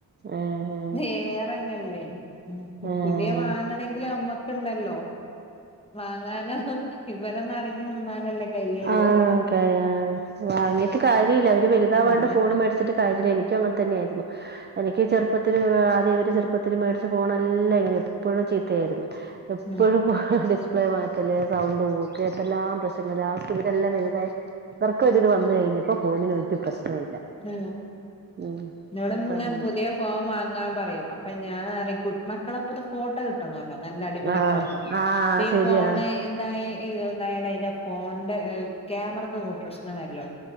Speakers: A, on the right; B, on the left.
A: ആഹ്
B: വേറെന്ത ഉള്ളെ
A: ആ ആ
B: പുതിയ വാങ്ങണമെങ്കിലും അമ്മക്കുണ്ടല്ലോ വാങ്ങാനോ ഇവരൊന്ന് അടങ്ങി നിന്നാലല്ലേ കഴിയുള്ളൂ
A: ആഹ് ക വാങ്ങി കാര്യമില്ല അവര് വലുത
B: ആഹ്
A: വാണ്ട്
B: അതന്നെ
A: ഫോണ് മേടിച്ചട്ട് കാര്യമില്ല എനിക്കും അങ്ങനെ തന്നെയായിരുന്നു എനിക്ക് ചെറുപ്പത്തിൽ ആദ്യ അവര് ചെറുപ്പത്തിൽ മേടിച്ചു പോണല്ല എങ്ങനെ എപ്പോഴും ചീത്തയായിരുന്നു എപ്പോഴും
B: ഉം
A: ഡിസ്പ്ലേ മാറ്റല് സൗണ്ട് പോക്ക് എന്തെല്ലാം പ്രശ്നങ്ങള് ലാസ്റ്റ് ഇവരെല്ലാം വലുതായി ഇവർക്കുരിത് വന്നു കഴിഞ്ഞപ്പോ ഫോണന് ഒരു പ്രശ്നവും ഇല്ല
B: ആ
A: ഉം
B: നിടെങ്ങ
A: ഇപ്പം
B: പുതിയ ഫോം വാങ്ങാൻ പറയും അപ്പൊ ഞാൻ അറ കുട്ട മക്കളപ്പത്തെ ഫോട്ടോ കി നല്ല അടിപൊളി
A: ആഹ്
B: ഫോട്ടോ
A: ആഹ്
B: ഈ
A: ശരിയാ
B: ഫോണ എന്തായി <unintelligible> എന്റെ ഫോണിന്റെ ക്യാമറക്കൊക്കെ പ്രശ്നം വരലായി